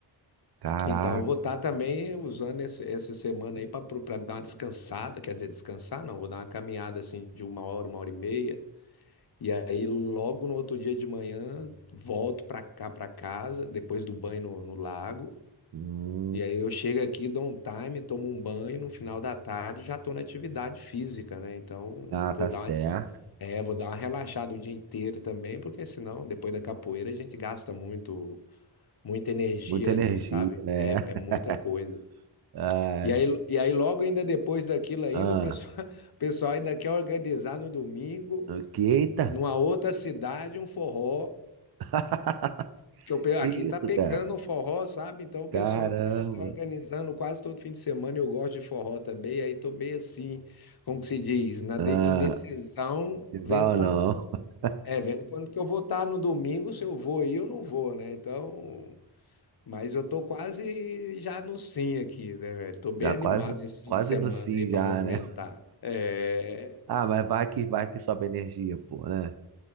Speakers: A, on the right; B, on the left.
A: Caraca.
B: então eu vou estar também usando esse- essa semana aí para dar uma descansada, quer dizer, descansar não, vou dar uma caminhada assim de uma hora, uma hora e meia. E aí, logo no outro dia de manhã, volto para cá, para casa, depois do banho no no lago.
A: Hum,
B: E aí eu chego aqui, dou um time, tomo um banho, no final da tarde já estou na atividade física, né? Então
A: ah, tá
B: vou dar
A: certo.
B: uma, des- é, vou dar uma relaxada o dia inteiro também, porque senão depois da capoeira a gente gasta muito, muita energia
A: Muita energia,
B: ali, sabe?
A: né?
B: É, é muita
A: <laughs>
B: coisa.
A: Ai,
B: E aí, e aí logo ainda depois daquilo ainda,
A: ah,
B: o pessoal, <laughs> o pessoal ainda quer organizar no domingo,
A: ok, eita.
B: numa outra cidade, um forró.
A: <laughs>
B: Porque eu pe- aqui
A: Que isso,
B: tá pegando
A: cara?
B: o forró, sabe? Então o pessoal
A: Caramba.
B: tá, tá organizando quase todo fim de semana. e Eu gosto de forró também. Aí tô meio assim, como que se diz, na
A: Ah,
B: de- indecisão,
A: se
B: vendo
A: vai
B: como
A: ou não?
B: que eu vou.
A: <laughs>
B: É, vendo quando que eu vou estar no domingo, se eu vou aí ou não vou, né? Então, mas eu tô quase já no sim aqui, né, velho? Tô bem
A: Já
B: animado
A: quase,
B: esse fim
A: quase
B: de semana
A: no sim
B: aí para
A: já,
B: movimentar.
A: né?
B: É...
A: Ah, mas vai que vai que sobe a energia, pô, né?